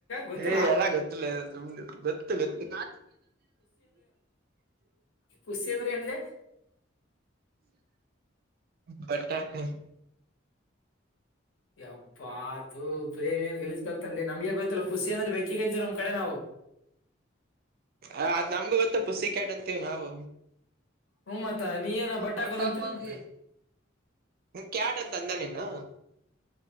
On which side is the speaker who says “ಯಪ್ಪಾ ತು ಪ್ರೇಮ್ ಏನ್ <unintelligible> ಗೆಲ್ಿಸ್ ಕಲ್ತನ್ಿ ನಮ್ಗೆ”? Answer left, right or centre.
Left